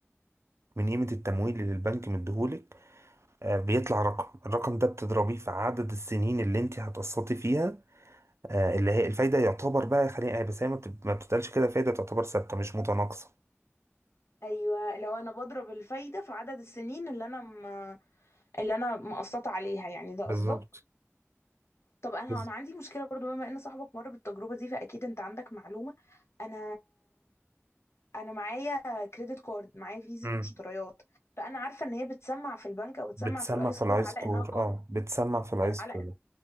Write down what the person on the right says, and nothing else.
من قيمة التمويل اللي البنك مديهولك آه، بيطلع رقم الرقم ده بتضربيه في عدد السنين اللي انت هتقسطي فيها آه، اللي هي الفايدة يعتبر بقى خلينا بس هي ما بت- ما بتتقالش كده فايدة تعتبر ثابتة مش متناقصة
بالظبط
بالظبط.
امم
بتسمع
في الاي
سكور
اه بتسمع في الاي سكور